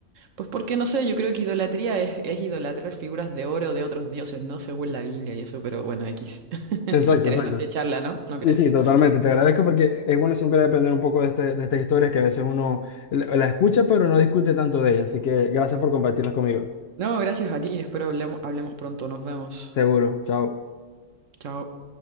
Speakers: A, on the right; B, on the left.
A: Pues porque no sé, yo creo que idolatría es, es idolatrar figuras de oro de otros dioses, ¿no? Según la Biblia y eso, pero bueno, X. <laughs>
B: Exacto,
A: Interesante
B: exacto.
A: charla, ¿no? ¿No crees?
B: Sí, sí, totalmente. Te agradezco porque es bueno siempre aprender un poco de, este- de estas historias que a veces uno la la escucha pero no discute tanto de ellas. Así que gracias por compartirlas conmigo.
A: No, gracias a ti, espero hablemos, hablemos pronto, nos vemos.
B: Seguro. Chao.
A: Chao.